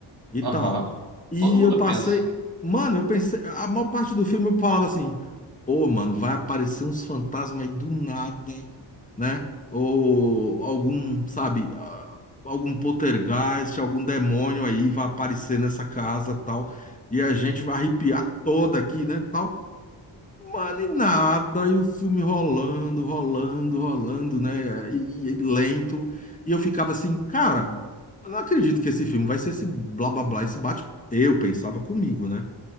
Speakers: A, on the left; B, on the right.
A: E tal.
B: Aham.
A: E
B: Todo mundo
A: eu passei.
B: pensa.
A: Mano, eu pensei. A maior parte do filme eu falava assim: Ô, mano, vai aparecer uns fantasmas aí do nada, né? Ou algum, sabe, ah, algum poltergeist, algum demônio aí vai aparecer nessa casa tal. E a gente vai arrepiar toda aqui, né? Tal. Mano, e nada, e o filme rolando, rolando, rolando, né? E, e lento. E eu ficava assim, cara, eu não acredito que esse filme vai ser esse blá blá blá, esse bate. Eu pensava comigo, né?